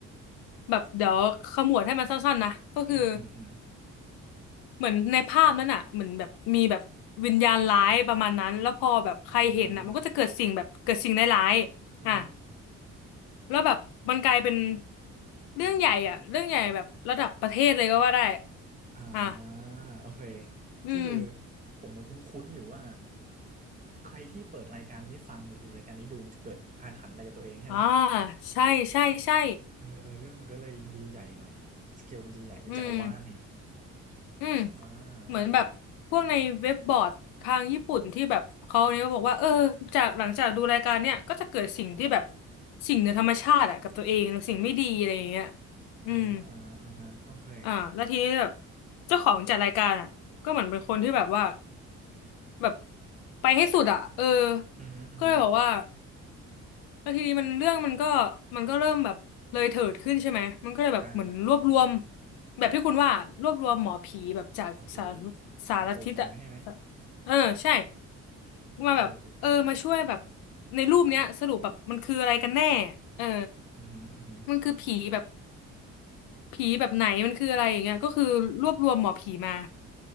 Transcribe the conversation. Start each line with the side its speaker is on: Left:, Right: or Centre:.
Left: แบบเดี๋ยวขมวดให้มันสั้นๆนะก็คือ
Right: อืมอืมอืม
Left: เหมือนในภาพนั้นอ่ะเหมือนแบบมีแบบวิญญาณร้ายประมาณนั้นแล้วพอแบบใครเห็นอ่ะมันก็จะเกิดสิ่งแบบเกิดสิ่งร้ายๆอ่ะ
Right: อ่าอืม
Left: แล้วแบบมันกลายเป็นเรื่องใหญ่อ่ะเรื่องใหญ่แบบระดับประเทศเลยก็ว่าได้
Right: อ่า
Left: อ่ะ
Right: โอเค
Left: อืม
Right: ก็คือผมเหมือนคุ้นๆอยู่ว่าใครที่เปิดรายการนี้ฟังหรือรายการนี้ดูมันจะเกิดอาถรรพ์อะไรกับตัวเองใช่ไหม
Left: อ่าใช่ใช่ใช่
Right: เออเออเรื่องมันก็เลยดูใหญ่หน่อยสเกลมันจะใหญ่เป็นจักรวาลนี่
Left: อืม อืม
Right: ว้าวโอเค
Left: เหมือนแบบพวกในเว็บบอร์ดทางญี่ปุ่นที่แบบเขาเนี่ยบอกว่าเออจากหลังจากดูรายการเนี่ยก็จะเกิดสิ่งที่แบบสิ่งเหนือธรรมชาติอะกับตัวเองสิ่งไม่ดีอะไรอย่างเงี้ย
Right: อ่าอ่าอ่าฮะโอเค
Left: อืมอ่าแล้วทีนี้แบบเจ้าของจัดรายการอ่ะก็เหมือนเป็นคนที่แบบว่าแบบไปให้สุดอ่ะเออ
Right: อือฮึอือฮึ
Left: ก็เลยบอกว่า แล้วทีนี้มันเรื่องมันก็มันก็เริ่มแบบเลยเถิดขึ้นใช่ไหม มันก็เลยแบบเหมือนรวบรวม
Right: อ่าอ่าอ่า
Left: แบบที่คุณว่ารวบรวมหมอผีแบบจากสาร
Right: หมอผี
Left: สารทิศอะ
Right: โหดๆมาใช่ไหม
Left: เออใช่มาแบบเออมาช่วยแบบ
Right: เออเออเออเออ
Left: ในรูปเนี้ยสรุปแบบมันคืออะไรกันแน่เออ
Right: อือฮึอือฮึ
Left: มันคือผีแบบผีแบบไหนมันคืออะไรอย่างเงี้ยก็คือรวบรวมหมอผีมา